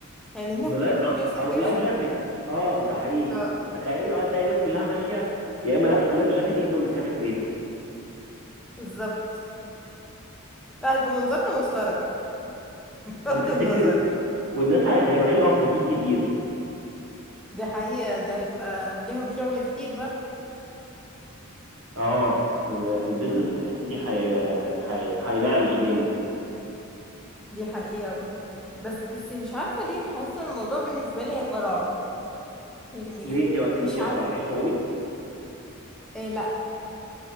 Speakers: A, in the centre; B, on the right.
A: يعني الناس
B: بلا...
A: <laughs> هتمشي
B: او بلايف جاكيت اه ده حقيقي
A: اه
B: تخيلي اه تلاقي الناس كلها ماشيه يا اما لابسه لايف جاكيت يا اما ماسكاه في ايديها
A: بالظبط لا هيبقى منظرنا مسخرة بغض
B: طب تفتكري
A: النظر
B: والناس هي- هيبقى في غطاسين كتير
A: دي حقيقة ده هيبقى ليهم شغل كتير بقى
B: اه ال- البيزنس
A: مم.
B: في الحته دي هي... هي... هينعنش جامد
A: دي حقيقة برضه بس بس مش عارفة ليه حاسة الموضوع بالنسبة لي هيبقى رعب يعني
B: ليه انت انت
A: مش
B: ما
A: عارفة
B: بتعرفيش تعومي
A: إيه لا